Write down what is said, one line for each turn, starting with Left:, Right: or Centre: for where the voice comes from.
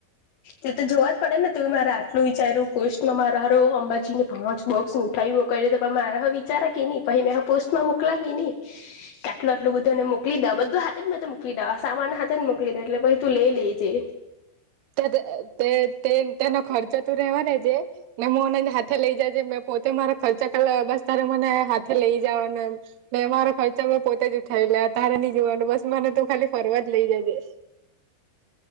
Left: તે તો જોવા જ પડે ને તું મારે આટલું વિચાર્યું પોસ્ટમાં મારા હારુ મીઠાઈ ની પાંચ બોક્સ મીઠાઈ મોકયલી તો પણ મારા હવે વિચારા કેને પહિ મેં હો પોસ્ટ મા મોકલા કે ની કે આટલું આટલું બધું એને મોકલી દેવા બધુ હાથે જ મોકલી દેવા સામાન હાથે ને મોકલી દે એટલે પહિ તું લઈ લેજે
Right: તે તે તેનો ખર્ચો તું રેવા લેજે ને મને હાથે લઈ જાજે મે પોતે મારો ખર્ચા કર લેવા બસ તારે મને હાથે લઈ જવાનો એમટલે મારો ખર્ચા પોતે જ ઊથાઈ લેવા મારે ની જોવાનું બસ મને તો ખાલી ફરવા જ લઈ જજે